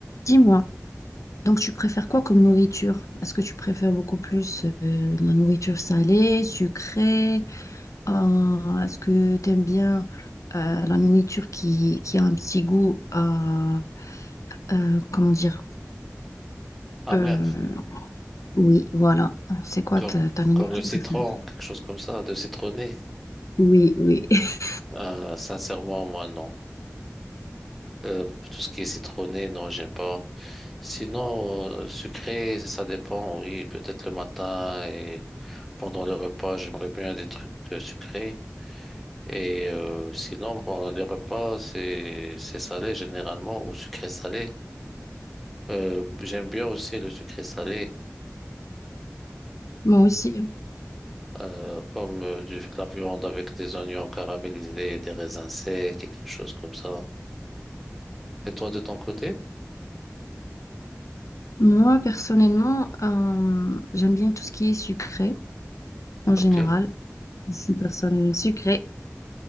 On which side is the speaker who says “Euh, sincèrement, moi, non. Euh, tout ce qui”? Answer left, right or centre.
Centre